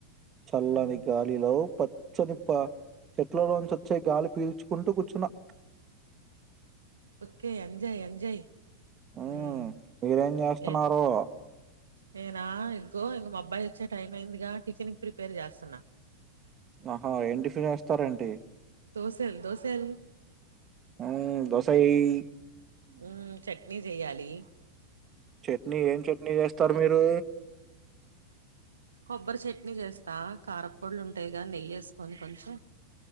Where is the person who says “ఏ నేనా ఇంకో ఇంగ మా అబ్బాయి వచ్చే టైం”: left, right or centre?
Right